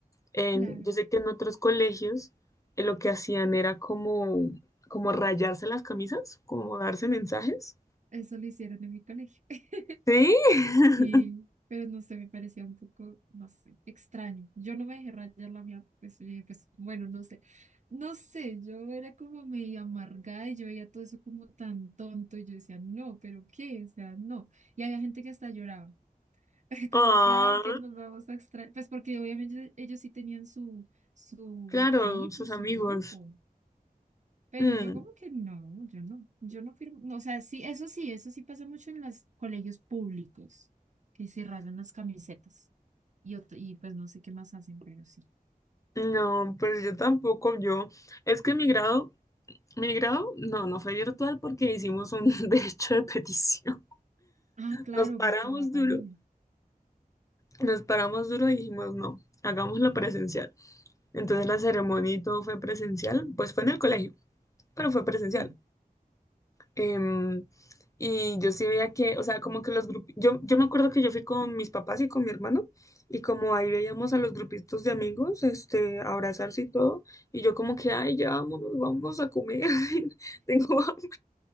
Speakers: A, on the left; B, on the right.
A: en-
B: claro,
A: yo sé que en otros colegios eh, lo que hacían era como, como rayarse las camisas, como darse mensajes.
B: eso lo hicieron en mi colegio. <laughs>
A: Sí. <laughs>
B: Sí, pero no sé, me parecía un poco, no sé, extraño. Yo no me dejé rayar la mía, pues, yo dije, pues bueno, no sé. No sé, yo era como medio amargada y yo veía todo eso como tan tonto y yo decía, no, pero ¿qué? O sea, no. Y había gente que hasta lloraba. <laughs>
A: Ah,
B: Como que, ay, que nos vamos a extraer. Pues porque obviamente ellos sí tenían su, su
A: claro,
B: equipo,
A: sus
B: su
A: amigos.
B: grupo. Pero
A: Mm,
B: yo como que no, yo no, yo no firmo. No, o sea, sí, eso sí, eso sí pasa mucho en los colegios públicos, que se rayan las camisetas. Y, ot- y pues no sé qué más hacen, pero sí.
A: no, pues yo tampoco, yo. Es que mi grado, mi grado, no, no fue virtual porque hicimos un <laughs> derecho de petición.
B: Ah, claro,
A: Nos paramos
B: pues por la pandemia.
A: duro, nos paramos duro y dijimos, no, hagámoslo presencial. Entonces la ceremonia y todo fue presencial, pues fue en el colegio, pero fue presencial.
B: Sí.
A: Em, y yo sí veía que, o sea, como que los grupos, yo, yo me acuerdo que yo fui con mis papás y con mi hermano, y como ahí veíamos a los grupitos de amigos, este, abrazarse y todo, y yo como que, ay, ya vámonos, vamos a comer, <laughs> tengo hambre.